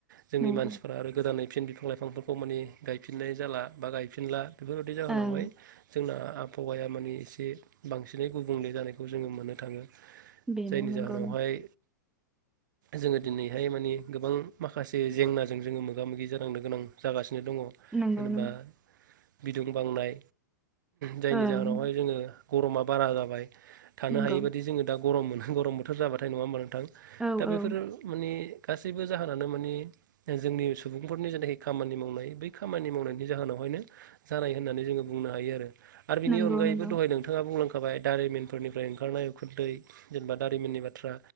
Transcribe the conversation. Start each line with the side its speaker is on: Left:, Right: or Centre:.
Right: जोंनि
Centre: नंगौ
Right: मानसिफ्रा आरो गोदानै फिन बिफां लाइफांफोरखौ माने गायफिननाय जाला बा गायफिनला बेफोरबायदि जाहोनावहाय
Centre: ओं
Right: जोंना आबहावाया मानि एसे बांसिनै गुबुंले जानायखौ जोंङो मोननो थांङो।
Centre: बेनो
Right: जायनि
Centre: नंगौ
Right: जाहोनावहाय
Centre: नों-
Right: जोङो दिनैहाय मानि गोबां माखासे जेंनाजों जोंङो मोगा मोगि जानांनो गोनां जागासिनो दंङ।
Centre: नंगौ
Right: जेनेबा
Centre: नंगौ
Right: बिदुं बांनाय जायनि
Centre: ओं
Right: जाहोनावहाय जोंङो गरमा बारा जाबाय थानो
Centre: नंगौ
Right: हायि बायदि जोंङो दा गरम मोनो गरम बोथोर जाबाथाय नङा होमबा नोंथां।
Centre: औ
Right: दा बेफोरो
Centre: औ
Right: माने गासैबो जाहोनानो मानि जोंनि सुबुंफोरनि जेनाखि खामानि मावनाय बै खामानि मावनायनि जाहोनावहायनो जानाय होननानै जोंङो बुंनो हायो आरो आरो बिनि
Centre: नंगौ
Right: अनगायैबो
Centre: नंगौ
Right: दहाय नोंथां नोंथाङा बुंलांखाबाय दारिमिनफोरनिफ्राय ओंखारनाय उखुन्दै जेनेबा दारिमिननि बाथ्रा